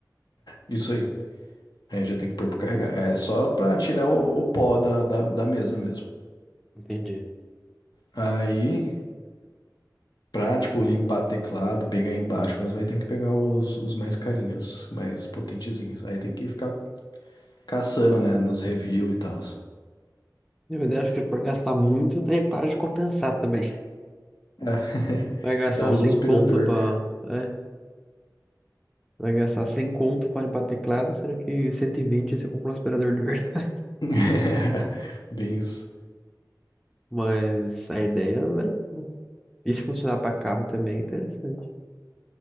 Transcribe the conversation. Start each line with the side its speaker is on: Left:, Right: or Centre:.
Left: isso aí. Aí já tem que pôr pra carregar. É só pra tirar o, o pó da, da, da mesa mesmo.
Centre: Entendi.
Left: Aí, pra, tipo, limpar teclado, pegar embaixo mesmo, aí tem que pegar os, os mais carinhos, mais potentezinhos. Aí tem que ficar caçando, né, nos reviews e tal.
Centre: Na verdade, acho que se for gastar muito, daí para de compensar também.
Left: É.
Centre: Vai gastar
Left: <laughs> Já usa
Centre: 100
Left: aspirador.
Centre: conto pra. é, Vai gastar 100 conto para limpar teclado, sendo que 120 você compra um aspirador de verdade.
Left: <laughs> Bem isso.
Centre: Mas a ideia é legal. E se funcionar para carro também é interessante.